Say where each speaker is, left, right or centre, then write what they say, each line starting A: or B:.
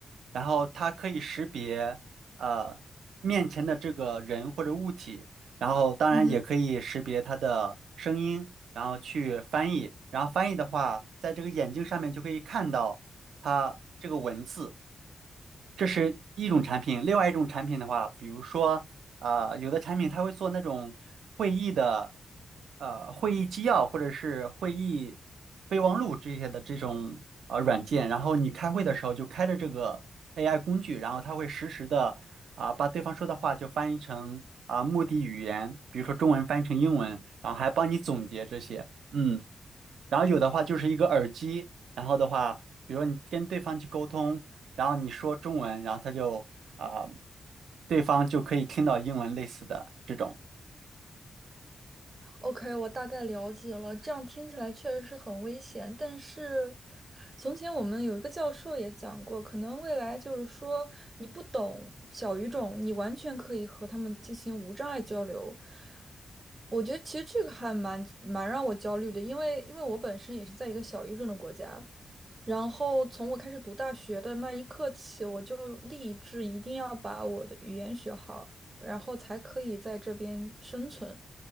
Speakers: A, on the right; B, on the right.
A: 然后它可以识别呃面前的这个人或者物体，然后当然也可以识别它的声音，
B: 嗯哼。
A: 然后去翻译，然后翻译的话，在这个眼镜上面就可以看到它这个文字。这是一种产品，另外一种产品的话，比如说，呃，有的产品它会做那种会议的，呃，会议纪要或者是会议备忘录这些的这种啊软件，然后你开会的时候就开着这个 AI 工具，然后它会实时的啊、把对方说的话就翻译成啊、目的语言，比如说中文翻译成英文，然后还帮你总结这些，嗯。然后有的话就是一个耳机，然后的话，比如你跟对方去沟通，然后你说中文，然后他就啊、对方就可以听到英文类似的这种
B: OK，我大概了解了。这样听起来确实是很危险，但是从前我们有一个教授也讲过，可能未来就是说你不懂小语种，你完全可以和他们进行无障碍交流。我觉得其实这个还蛮蛮让我焦虑的，因为因为我本身也是在一个小语种的国家，然后从我开始读大学的那一刻起，我就立志一定要把我的语言学好，然后才可以在这边生存。